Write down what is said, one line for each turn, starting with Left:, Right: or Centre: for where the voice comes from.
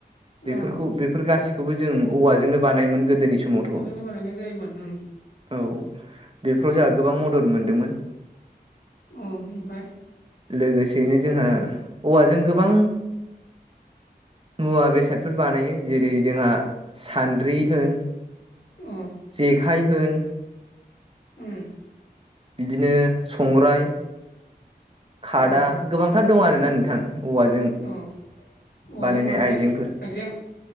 Right: बेफोरखौ
Left: औ
Right: बेफोर गासिखौबो जों औवाजोंनो बानाय गोदोनि समावथ'
Left: औवाजोंनो बानायनाय जायोमोन उम
Right: औ बेफोराव जोंहा गोबां मदद मोनदोंमोन।
Left: औ ओमफ्राय
Right: लोगोसेयैनो जोंहा औवाजों गोबां। मुवा बेसादफोर बानायो जेरै जोंहा सान्द्रि होन
Left: औ
Right: जेखाय होन
Left: उम
Right: बिदिनो संग्राय खादा
Left: औ
Right: गोबांथार दं आरोना नोंथां औवाजों
Left: औ औवाजों
Right: बानायनाय आइजेंफोर
Left: आइजें